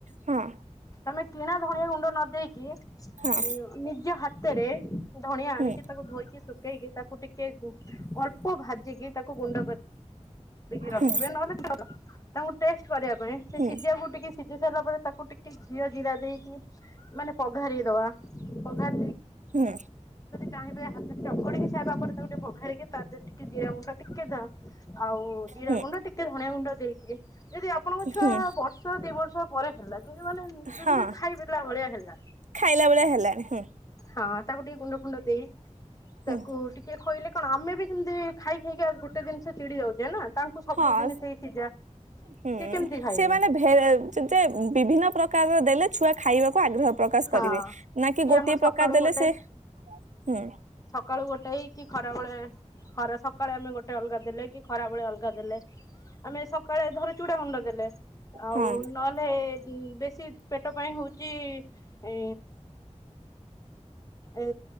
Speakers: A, on the right; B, on the left.
A: ହଁ
B: ତମେ କିଣା ଧଣିଆ ଗୁଣ୍ଡ। ନ ଦେଇେଇକି
A: ହଁ
B: ନିଜ ହା ହାତରେ ଧଣିଆ ଆଣିକି
A: ହୁଁ
B: ତାକୁ ଧୋଇକି ଶୁଖେଇକି ତାକୁ ଟିକେ ଅଳ୍ପ ଭାଜିକି ତାକୁ ଗୁଣ୍ଡ କରି ରଖିବେ
A: ହୁଁ
B: ନହେଲେ ଭଲ ତାଙ୍କୁ ଟେ କରିବା ପାଇଁ ସେ
A: ହୁଁ
B: ସିଜିବାକୁ ଟିକେ ସିଝି ସାରିଲା ପରେ ତାକୁ ଟିକେ ଘିଅ ଜିରା ଦେଇକି ମାନେ, ଵଘାରିଦଵା। ପଘାର
A: ହୁଁ
B: ଚାହିଁବେ ହାତରେ ଚକୁଡିକିଖାଇବା ପରେ ତାକୁ ଗୋେ ବାରିକି ତା ଦେରେ ଟିକେ ଜିରା ଗୁଣ୍ଡ ଟିକେ ଦଅ। ଆଉ ଜିରା
A: ହୁଁ
B: ଗୁଣ୍ଡ ଟିକେ ଧଣିଆ ଗୁଣ୍ଡ ଦେଇକି ଯଦି ଆପଣଙ୍କ ଛୁଆ
A: ହୁଁ
B: ବର୍ଷ ଦି ବର୍ଷ ପରେ ହେଲା ଯେତି ମାନେ ଯେମିତି
A: ହଁ
B: ଖାଇ ପିଲା ଭଳିଆ ହେଲା
A: ଖାଇଲା ଭଳିଆ ହେଲାଣି ହୁଁ
B: ହଁ ତାକୁ ଟିକେ ଗୁଣ୍ଡ ଫୁଣ୍ଡ ଦେଇ । ତାକୁ
A: ହୁଁ
B: ଟିକେ ଖୋଇଲେ କଣ ଆମେ ବି ସେମିତି ଖାଇ ଖାଇକି ଗୋଟେ ଦିନ ସେ ଚିଡି ଯାଉଛେ ନା । ତାଙ୍କୁ ସବୁ
A: ହଁ
B: ଜିନିଷ ସେଇ ସିଝା
A: ହୁଁ
B: ସିଏ କେମିତି ଖାଇବେ
A: ସେମାନେ ଭେଜ୍ ଯେ ବିଭିନ୍ନ ପ୍ରକାର ଦେଲେ ଛୁଆ ଖାଇବାକୁ ଆଗ୍ରହ ପ୍ରକାଶ
B: ହଁ
A: କରିବେ ନା କିି
B: କି
A: ଗୋଟିଏ
B: ଆମର
A: ପ୍ରକାର
B: ସକାଳୁ
A: ଦେଲେ
B: ଗୋଟେ
A: ସେ ହୁଁ।
B: ସକାଳୁ ଗୋଟେ କି ଖ ଟା ବଳେ ଖରେ ସକାଳେ ଆମେ ଗୋଟେ ଅଲଗା ଦେଲେ କି ଖରାବେଳେ ଅଲଗା ଦେଲେ । ଆମେ ସକାଳେ ଧର ଚୂଡ଼ା ଗୁଣ୍ଡ ଦେଲେ ଆଉ
A: ହଁ
B: ନହେଲେ ବେଶୀ ପେଟ ପାଇଁ ହଉଛି ଏ ଏ